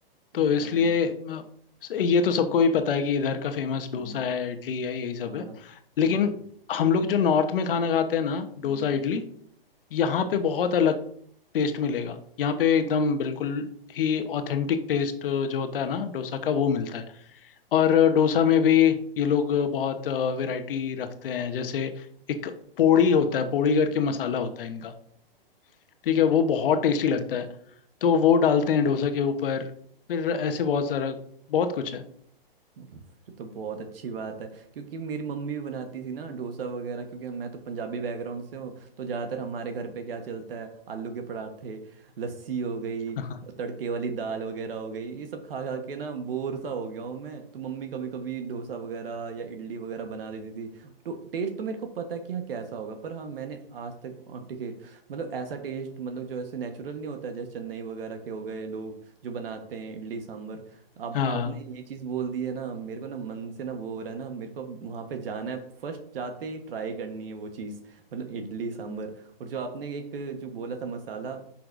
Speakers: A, on the left; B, on the right.
A: तो इसलिए
B: हाँ
A: अ, ये तो सबको ही पता है कि इधर का फेमस
B: हम्म,
A: डोसा है इडली है यही सब
B: हाँ
A: है लेकिन
B: हम्म,
A: हम लोग जो नॉर्थ में खाना खाते हैं ना डोसा
B: हम्म,
A: इडली यहाँ पे बहुत अलग टेस्ट मिलेगा यहाँ पे एकदम बिल्कुल ही ऑथेंटिक टेस्ट जो होता है ना डोसा का वो मिलता है और डोसा में भी ये लोग बहुत वैरायटी रखते हैं जैसे एक पोड़ी होता है पोड़ी करके
B: हम्म,
A: मसाला होता है इनका ठीक है वो बहुत टेस्टी लगता है तो वो डालते हैं डोसा के ऊपर फिर ऐसे बहुत सारा बहुत कुछ है
B: फिर तो बहुत अच्छी बात है क्योंकि मेरी मम्मी भी बनाती थी ना डोसा वगैरह क्योंकि हम- मैं तो पंजाबी बैकग्राउंड से हूँ तो ज़्यादातर हमारे घर पे क्या चलता है आलू के पराठे लस्सी हो गई
A: <laughs>
B: और तड़के वाली दाल वगैरह हो गई ये सब खा खा के ना बोर सा हो गया हूँ मैं तो मम्मी कभी कभी डोसा वगैरह या इडली वगैरह बना देती थी तो टेस्ट तो मेरे को पता है कि हाँ कैसा होगा पर हाँ मैंने आज तक और ठीक है मतलब ऐसा टेस्ट मतलब जो ऐसे नेचुरल नहीं होता है जैसे चेन्नई वगैरह के हो गए लोग जो बनाते हैं इडली सांभर अब
A: हाँ
B: आपने ये चीज बोल दी है ना मेरे को ना मन से ना वो हो रहा है ना मेरे को अब वहां पे जाना है फर्स्ट जाते ही ट्राई करनी है वो चीज मतलब इडली सांभर और जो आपने एक जो बोला था मसाला